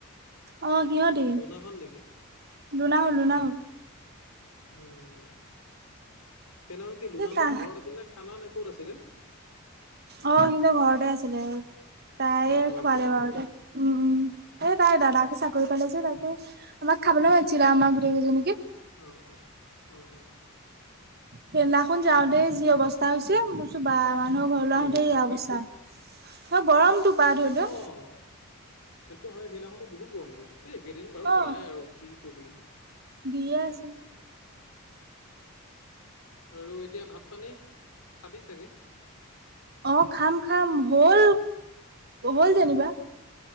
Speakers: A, on the right; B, on the left.
A: অ সিহঁতি
B: লুনা হত নেকি?
A: লুনা হল লুনা হল
B: উম, সেইদিনা কি লুনাহঁতৰ
A: এই কা
B: ঘৰত আছিল নে খানা নে ক'ত আছিলে?
A: অ', সিহঁতৰ ঘৰতে আছিলে। তাই
B: ঘৰত
A: খোৱালে
B: আছিল ন
A: বাৰু দে, উম, উম এ, তাইৰ দাদাকে চাকৰি পালে যে তাই আমাক খাবলৈ মাতছিলে, আমাৰ গোটেই কেইজনীকে।
B: অ অ অ অ অ।
A: সেইদিনাখন যাওঁতেই যি অৱস্থা হৈছে, মই কৈছোঁ বা মানুহৰ ঘৰলৈ
B: কি
A: আহোতে
B: হ'ল
A: এইয়া অৱস্থা। অ', গৰমটো। পা ধৰি লও
B: অ', সেইটো হয়, সেইদিনাখনটো বহুত গৰমটো এই কেইদিন বাৰু
A: অ
B: সদায় আৰু কি কবি।
A: দিয়ে আছে।
B: আৰু এতিয়া ভাত, পানী খাবি চাগে?
A: অ', খাম, খাম, হ'ল, হ'ল যেনিবা।